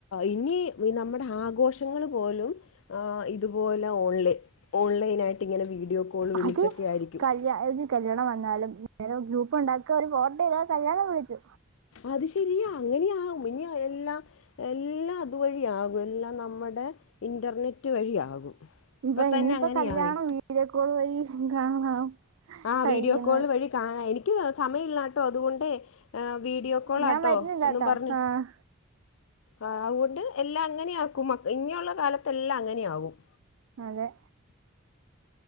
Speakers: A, on the left; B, on the right.
A: ഇനി നമ്മുടെ ആഘോഷങ്ങള് പോലും ആഹ് ഇതുപോലെ ഓൺലൈ ഓൺലൈനായിട്ട് ഇങ്ങനെ വീഡിയോ കോള് വിളിച്ചൊക്കെ
B: അത്
A: ആയിരിക്കും
B: കല്യാ കല്യാണം വന്നാലും നേരെ ഗ്രൂപ്പ് ഉണ്ടാക്കുക ഒരു ഫോട്ടോ ഇടുക കല്യാണം വിളിച്ചു
A: അത് ശരിയാ അങ്ങനെയാവും ഇനി എല്ലാം എല്ലാം അതുവഴിയാകും എല്ലാം നമ്മുടെ ഇന്റെർനെറ്റ് വഴിയാകും
B: ഇപ്പൊ
A: ഇപ്പം തന്നെ
B: ഇനിയിപ്പ
A: അങ്ങനെയായി
B: കല്യാണം വീഡിയോ കോൾ വഴി കാണാം
A: ആ
B: കഴിക്കുന്നത്
A: വീഡിയോ കോൾ വഴി കാണാം എനിക്ക് സമയമില്ലാട്ടോ അതുകൊണ്ടേ ആഹ് വീഡിയോ കോളാട്ടോ
B: ഞാൻ വരുന്നില്ലാട്ടോ
A: എന്നും പറഞ്ഞ്
B: ആഹ്
A: ആ അതുകൊണ്ട് എല്ലാം അങ്ങനെയാക്കും മ ഇനിയുള്ള കാലത്തെല്ലാം അങ്ങനെയാകും
B: അതെ